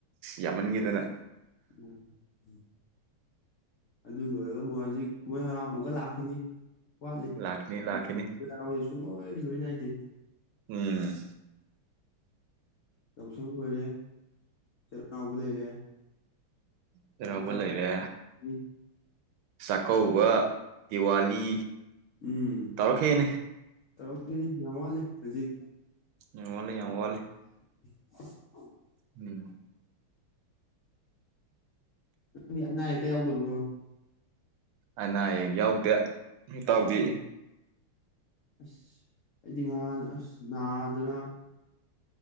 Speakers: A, on the right; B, on the left.
A: ꯌꯥꯝꯃꯟꯈꯤꯗꯅ
B: ꯎꯝ <unintelligible> ꯑꯗꯨ ꯂꯣꯏꯔꯒ ꯑꯃꯨꯛ ꯍꯧꯖꯤꯛ ꯀꯨꯝꯣꯏ ꯍꯔꯥꯎ ꯑꯃꯨꯛꯀ ꯂꯥꯛꯈꯤꯅꯤ ꯋꯥꯂꯤ
A: ꯂꯥꯛꯈꯤꯅꯤ ꯂꯥꯛꯈꯤꯅꯤ
B: <unintelligible> ꯁꯨꯡ ꯂꯣꯏ ꯅꯥꯏꯗꯦ
A: ꯎꯝ
B: ꯌꯥꯎꯁꯪ ꯑꯣꯏꯔꯦ ꯆꯩꯔꯥꯎꯕ ꯂꯩꯔꯦ
A: ꯆꯩꯔꯥꯎꯕ
B: ꯑꯗꯩ
A: ꯂꯩꯔꯦ
B: ꯆꯥꯛꯀꯧꯕꯅꯤ
A: ꯆꯥꯛꯀꯧꯕ ꯗꯤꯋꯥꯂꯤ
B: ꯎꯝ
A: ꯇꯧꯔꯛꯈꯤꯅꯤ
B: ꯇꯧꯔꯥꯈꯤꯅꯤ ꯎꯟ ꯋꯥꯠꯂꯤ ꯍꯧꯖꯤꯛ
A: <unintelligible> ꯌꯥꯝ ꯋꯥꯠꯂꯤ
B: <inaudible>
A: ꯎꯝ
B: <unintelligible> ꯅꯪꯗꯤ ꯑꯅꯥ ꯑꯌꯦꯛꯀ ꯌꯥꯎꯗꯕꯔꯣ
A: ꯑꯅꯥ ꯑꯌꯦꯛ ꯌꯥꯎꯗꯦ ꯏꯇꯥꯎꯗꯤ
B: ꯑꯁ ꯑꯩꯗꯤ ꯉꯍꯥꯟ ꯑꯁ ꯅꯥꯗ꯭ꯅꯥ